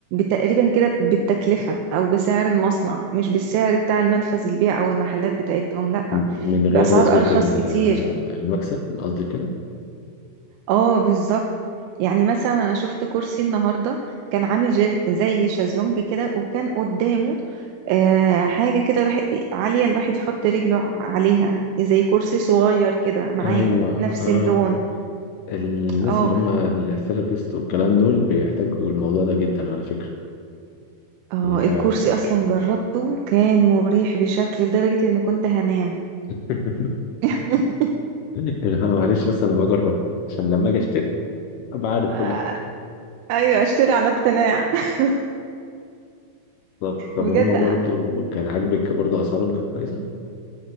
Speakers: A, on the right; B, on the left.
A: تقريبا كده بالتكلفه او بسعر المصنع مش بالسعر بتاع المنفذ البيع او المحلات بتاعتهم لا
B: م- من غير
A: باسعار
B: نسبة
A: ارخص
B: ال-
A: كتير
B: آه، المكسب قصدي كده
A: اه بالظبط يعني مثلا انا شفت كرسي النهارده كان عامل جا- زي شازلونج كده وكان قدامه آه حاجه كده الواحد عاليه الواحد يحط رجله ع- عليها زي كرسي صغير كده معاه
B: ايوه
A: نفس
B: اه
A: اللون
B: الناس
A: اه
B: اللي هم الثيرابيست والكلام دول بيحتاجوا الموضوع ده جدا على فكره
A: اه
B: يبقى
A: الكرسي
B: في...
A: اصلا جربته كان مريح بشكل لدرجة ان كنت هنام
B: <laughs>
A: <laughs> يعني
B: اللي هو معلش بس انا بجرب عشان لما اجي اشتري ابقى عارف
A: آه،
B: كل حاجه
A: ايوه اشتري عن اقتناع <laughs>
B: طب طب
A: بجد
B: هم برضو كان عاجبك برضو اسعارهم كانت كويسه